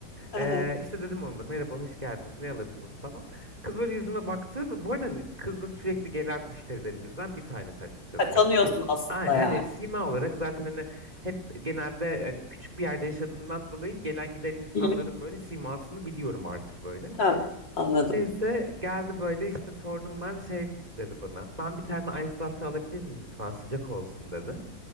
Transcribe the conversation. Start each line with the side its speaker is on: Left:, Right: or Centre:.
Left: aha.
Right: Ee, işte dedim ona da merhaba hoş geldiniz ne alırdınız falan. Kız böyle yüzüme baktı. ve Bu arada hani kız da sürekli gelen müşterilerimizden bir tanesi açıkçası.
Left: Ha, tanıyorsun
Right: Evet.
Left: aslında
Right: Aynen hani
Left: yani.
Right: sima olarak zaten hani hep genelde yani küçük bir yerde yaşadığımdan dolayı gelen giden insanların
Left: Hı.
Right: böyle simasını biliyorum artık böyle.
Left: Tamam, anladım.
Right: Neyse geldi böyle işte sordum ben şey dedi bana. Ben bir tane ice latte alabilir miyim lütfen sıcak olsun dedi.